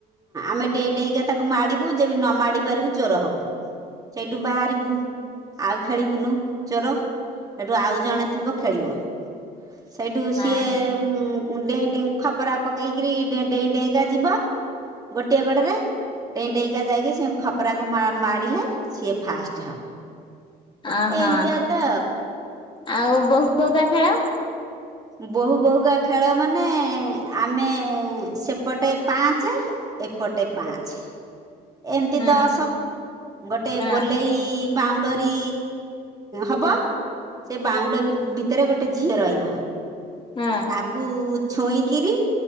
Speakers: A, on the right; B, on the left.
A: ଆମେ ଡେଇଁ ଡେଇଁକା ତାକୁ ମାଡିବୁ ଯେ ବି ନମାଡି ପାରିବୁ ଚୋର ହବୁ। ସେଇଠୁ ବାହାରିବୁ ଆଉ ଖେଳିବୁନୁ ଚୋର। ହେଠୁ ଆଉଜଣେ ଥିବ ଖେଳିବ। ସେଇଠୁ ସିଏ
B: ଅହ
A: ଉମ୍ ଡେଇଁ ଡେଇଁ ଖପରା ପକେଇ। କିରି ଡେଇଁ ଡେଇଁକା ଯିବ ଗୋଟିଏ ଗୋଡରେ। ଡେଇଁ ଡେଇଁକା ଯାଇକି ସେ ଖପରାକୁ ମା ମାଡ଼ିଲେ ସିଏ ଫାଷ୍ଟ ହବ।
B: ଅହ
A: ଏମିତିଆ
B: ଆଉ
A: ତ
B: ବୋହୁ ବୋହୁକା ଖେଳ?
A: ବୋହୁ ବୋହୁକା ଖେଳ ମାନେ ଆମେ ସେପଟେ ପାଞ୍ଚେ। ଏପଟେ ପାଞ୍ଚେ ଏମତି
B: ହଁ
A: ଦଶ ଗୋଟେ
B: ହଁ
A: ଗୋଲେଇ। ବାଉଣ୍ଡରୀ ହବ ସେ ବାଉଣ୍ଡରୀ ଭିତେରେ ଗୋଟେ ଝିଅ ରହିବ।
B: ହଁ
A: ତାକୁ ଛୁଇଁକିରି।